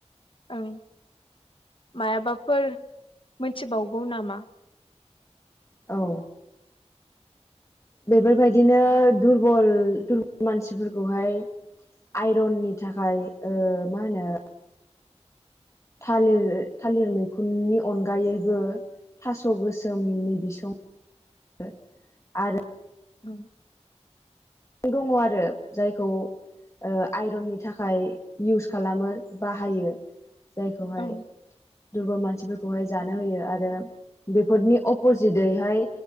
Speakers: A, on the left; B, on the left.
A: ओम माबाफोर मोनथिबावगौ नामा
B: औ बेफोरबायदिनो दुरबल दुरबल मानसिफोरखौहाय आइरननि थाखाय ओ मा होनो थालिर थालिर मैखुननि अनगायैबो थास' गोसोमनि बिसं आरो
A: ओम!
B: दङ आरो जायखौ ओ आइरननि थाखाय इउस खालामो बाहायो! जायखौहाय
A: औ
B: दुरबल मानसिफोरखौहाय जानो होयो आरो बेफोरनि अपजिदैहाय